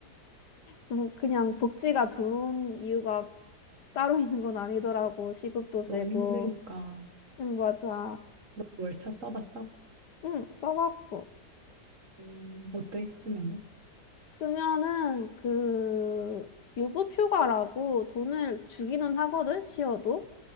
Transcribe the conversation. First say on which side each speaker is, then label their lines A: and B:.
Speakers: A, on the left; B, on the right.
A: 뭐, 그냥 복지가 좋은 이유가 따로 있는 건 아니더라고. 시급도 세고.
B: 너무 힘드니까.
A: 응, 맞아.
B: 너 월차 써봤어?
A: 응, 써봤어.
B: 음, 어때? 쓰면은?
A: 쓰면은 그 유급휴가라고 돈을 주기는 하거든 시어도